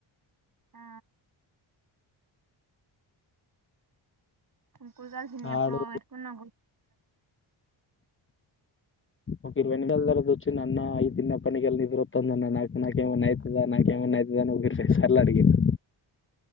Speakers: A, on the right; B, on the left.
A: ఆ ఇంక్ ఉంచల్సిందే ఎప్పుడో
B: ఆడు
A: పెట్టుకున్నా
B: ఒక ఇరవై నిమిషాల తర్వాత వచ్చి అన్న ఇవి తిన్న కెళ్ళి నిద్రస్తోందన్న నాకు నాకేమన్నా అయితదా నాకేమన్నా అయితదా అని ఒకటికి రెండుసార్లు అడిగిండు